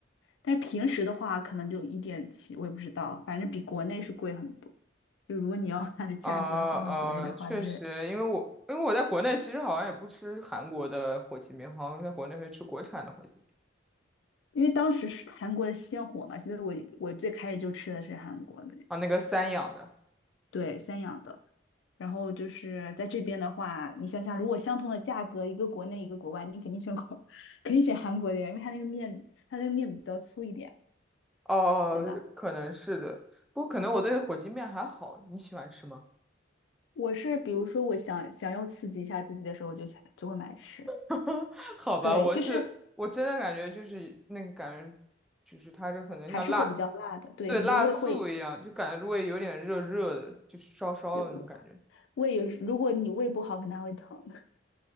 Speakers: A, on the left; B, in the centre.
A: 但是平时的话，可能就一点七，我也不知道，反正比国内是贵很多。就如果你要按着价格放到国内的话，
B: 啊呃，确实，
A: 就是
B: 因为我因为我在国内其实好像也不吃韩国的火鸡面，好像在国内会吃国产的火鸡面
A: 因为当时是韩国的鲜火嘛，所以我我最开始就吃的是韩国的，
B: 啊，那个三养的。
A: 对，三养的。然后就是在这边的话，你想想，如果相同的价格，一个国内一个国外，你肯定选国，<laughs> 肯定选韩国的呀，因为它那个面，它那个面比较粗一点，
B: 哦，
A: 对吧？
B: 可能是的，不过可能我对火鸡面还好。你喜欢吃吗？
A: 我是比如说我想想要刺激一下自己的时候，我就想就会买吃。
B: <laughs> 好吧，
A: 对，
B: 我是我真的感觉就是那个感觉，
A: 就是
B: 就是它这可能像辣，
A: 还是会比较辣的。对，
B: 对，
A: 你的胃会，
B: 辣素一样，就感觉胃有点热热的，就是烧烧的那种感觉。
A: 对，胃也是如果你胃不好，可能还会疼。<laughs>